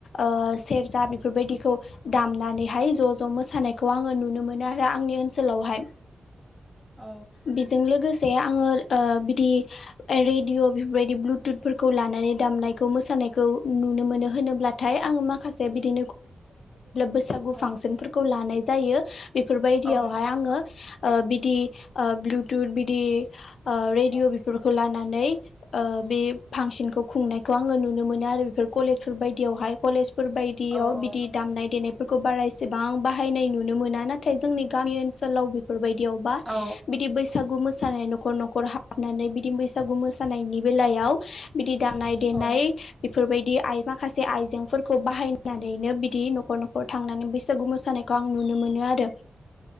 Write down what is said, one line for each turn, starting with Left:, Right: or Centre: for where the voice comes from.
Left: ओ सेरजा बेफोरबायदिखौ दामनानैहाय ज' ज' मोसानायखौ आङो नुनो मोनो आरो आंनि ओनसोलावहाय
Centre: औ
Left: बेजों लोगोसे ओंफ्रिय आङो ओ बिदि रेडिअ बेफोरबायदि ब्लुथुथफोरखौ लानानै दामनायखौ मोसानाय नायखौ नुनो मोनो होनोब्ला थाय नाङो माखासे बिदि बैसागु
Centre: औ
Left: फांसनफोरखौ लानाय जायो बेफोरबायदियावहाय
Centre: औ नोंथां
Left: आङो ओ बिदि ब्लुथुथ बिदि ओ रेडिअ'
Centre: औ
Left: बेफोरखौ लानानै नै ओ मे पांसनखौ खुंनायखौ आङ नुनो मोन आरो कलेजफोर बायदियावहाय कलेज फोरबायायदियाव
Centre: औ औ
Left: बिदि दामनाय देनाय खौ बारायसेबां बाहायनाय नुनो मोना नाथाय जोंनि गामि ओनसोलाव बेफोरबायदि दियावबा
Centre: औ
Left: बिदि बैसागु मोस थानाय न' न'ख हाबनानै बिदि बैसागु मोसानायनि बेलयाव बिदी दामनाय देनाय
Centre: औ
Left: बेफोरबायदि आइ माखासे आइजेंफोरखौ बाहायनानैनो बिदि न'खर न'खर थांनानै बैसागु मोसानायखौ आं नुनो मोन आरो